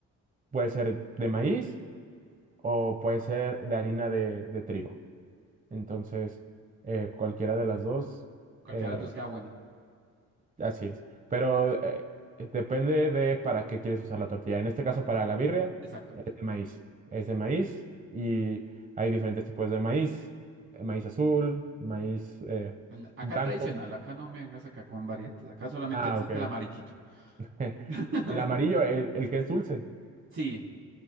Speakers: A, on the right; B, on the right.
A: puede ser de maíz o puede ser de harina de, de trigo. Entonces, eh, cualquiera de las dos
B: Cualquiera
A: eh,
B: de tus queda buena.
A: Así es. Pero eh, eh, depende de para qué quieres usar la tortilla. En este caso, para la birria,
B: Exacto.
A: es de maíz. Es de maíz y hay diferentes tipos de maíz. eh, Maíz azul, maíz eh,
B: En- Acá
A: blanco.
B: el tradicional, acá no me vengas acá con variantes. Acá solamente
A: Ah,
B: existe
A: ok.
B: el amarillito.
A: <laughs>
B: <laughs>
A: El amarillo, el, el que es dulce.
B: Sí,